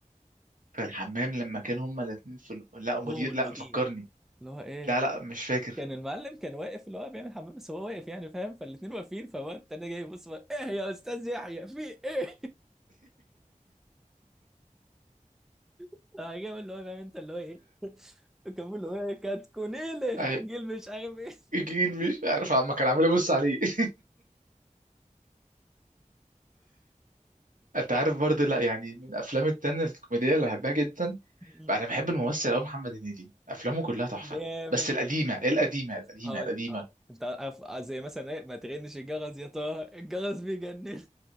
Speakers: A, on the right; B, in the centre.
A: في الحمام لما كان هما الاتنين في ال- لا مدير
B: هو والمدير
A: لا مفكرني
B: اللي هو ايه
A: لا لا مش فاكر
B: كان المعلم كان واقف اللي هو بيعمل حمام بس هو واقف يعني فاهم فالاتنين واقفين فهو التاني جاي يبص بقى، ايه يا استاذ يحيى في ايه <laughs> فجاب اللي هو فاهم انت اللي هو ايه كان بيقول له ايه كاتكونيله
A: أهي،
B: جيل مش عارف ايه
A: جيل مش عارف عم كان عامل يبص عليه <laughs> انت عارف برضه لا يعني من الافلام التانية الكوميديه اللي بحبها جدا
B: <laughs>
A: بقى، انا بحب الممثل قوي محمد هنيدي افلامه كلها تحفه
B: جامد
A: بس القديمه إيه القديمه القديمه
B: هقول
A: القديمه
B: هقول انت عارف زي مثلا ايه ما تغنش الجرس يا طه الجرس بيجنن